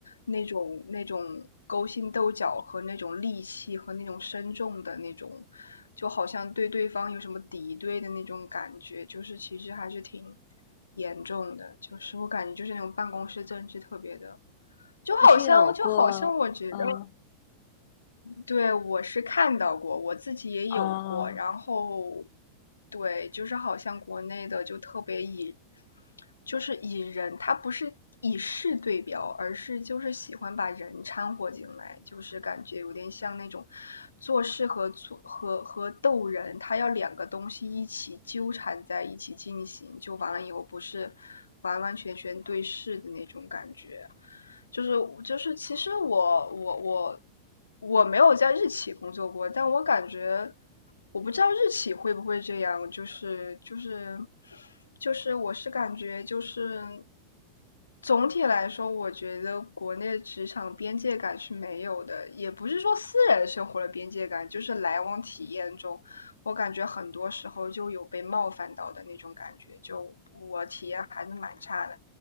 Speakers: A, on the left; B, on the left.
A: 那种那种勾心斗角和那种戾气和那种深重的那种，就好像对对方有什么敌对的那种感觉，就是其实还是挺严重的，就是我感觉就是那种办公室政治特别的，就好像就好像我觉得
B: 你是有过，嗯、
A: 对，我是看到过，我自己也有过。
B: 啊。
A: 然后，对，就是好像国内的就特别以，就是以人，他不是以事对标，而是就是喜欢把人掺和进来，就是感觉有点像那种做事和做和和逗人，他要两个东西一起纠缠在一起进行，就完了以后不是完完全全对事的那种感觉。就是就是，其实我我我我没有在日企工作过，但我感觉我不知道日企会不会这样，就是就是就是，我是感觉就是总体来说，我觉得国内职场边界感是没有的，也不是说私人生活的边界感，就是来往体验中，我感觉很多时候就有被冒犯到的那种感觉，就我体验还是蛮差的。